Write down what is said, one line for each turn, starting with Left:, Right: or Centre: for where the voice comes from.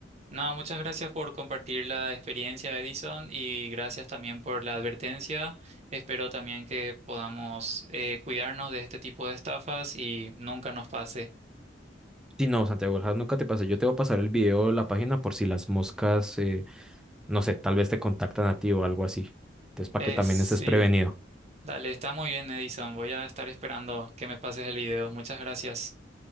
Right: No, muchas gracias por compartir la experiencia, Edison, y gracias también por la advertencia. Espero también que podamos eh, cuidarnos de este tipo de estafas y nunca nos pase.
Centre: Sí, no, Santiago, ojalá nunca te pase. Yo te voy a pasar el video de la página por si las moscas, eh, no sé, tal vez te contactan a ti o algo así. Entonces, para
Right: Eh,
Centre: que también
Right: sí,
Centre: estés prevenido.
Right: dale, está muy bien, Edison. Voy a estar esperando que me pases el video. Muchas gracias.